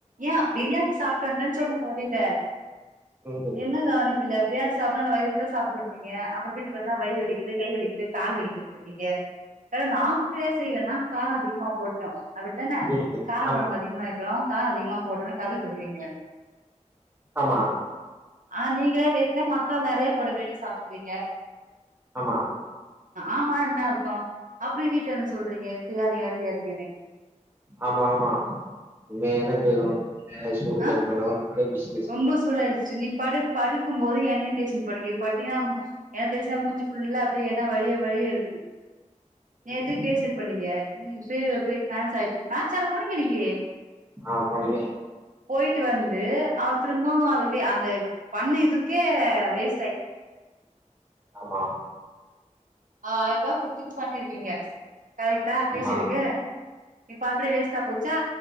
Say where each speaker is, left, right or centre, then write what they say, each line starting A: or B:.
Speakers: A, on the right; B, on the right.
A: ஏன் பிரியாணி சாப்பிட்டு வந்துட்டன்னு சொல்லுங்க வெளில
B: ம்
A: என்னதான் இல்ல பிரியாணி சாப்ட்ட நல்ல வயிறு முட்ட சாப்டு வ ன்டிங்க அப்பறம் வீட்டுக்கு வந்தா வயிறு வலிக்குது கை வலிக்குது கால் வலிக்குதுன்ட்டு இருக்கீங்க இத நாங்களே செய்யலனா காரம் அதிகமா போட்டோம் அப்டிதானே
B: ம்
A: கார
B: ஆம்
A: குழம்பு அதிகமா ஏன் காரம் அதிகமா போட்டனு கத குடுக்குறீங்க
B: ஆமா
A: ஆ நீங்களே வெயில மசாலா நிறைய போட வேணி சாப்பிடுறீங்க
B: ஆமா
A: ஆமா என்ன அர்தோம் அப்புறம் வீட்ல வந்து சொல்றீங்க செய்யாதீங்க செய்யாதீங்கன்னு
B: ஆமா ஆமா இமே என்ன தேக்கணும் அ சூடு
A: ஆ
B: கம்மி பண்ண தெரிஞ்சிச்சி
A: ரொம்ப சூடு ஆயிடுச்சு நீ படு படுக்கும் போது என்னய தேச்சிட்டு படுங்க இப்ப படுத்தீங்கன்னா எண்ண தேச்சுனா மூஞ்சு ஃபுல்லா அப்டியே என்ன வழிய வழிய இருக்குது நேத்தே
B: ம்
A: பேஷியல் பண்ணீங்க நீங்க பே பேய்ட்டு மேட்ச ஆ மேட்ச் ஆட போனீங்க இன்னிக்கி
B: ஆ போண்ணனே
A: போயிட்டு வந்து அவ திரும்போம் அது அந்த பண்ண இதுக்கே வேஸ்ட் ஆய்
B: ஆமா
A: ஆயிரூபா குடுத்துட்டு பண்ணிருக்கீங்க கரெக்டா ஃபேசியிலுக்கு
B: ஆமா
A: இப்ப அப்டியே வேஸ்டா போச்சா